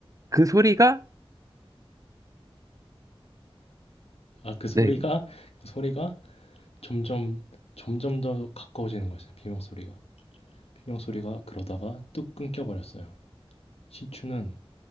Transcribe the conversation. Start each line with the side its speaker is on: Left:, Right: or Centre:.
Right: 그 소리가,
Left: 아, 그 소리가,
Right: 네.
Left: 그 소리가 점점, 점점 더 가까워지는 거였어요. 비명 소리가. 비명 소리가 그러다가 뚝 끊겨버렸어요. 신추는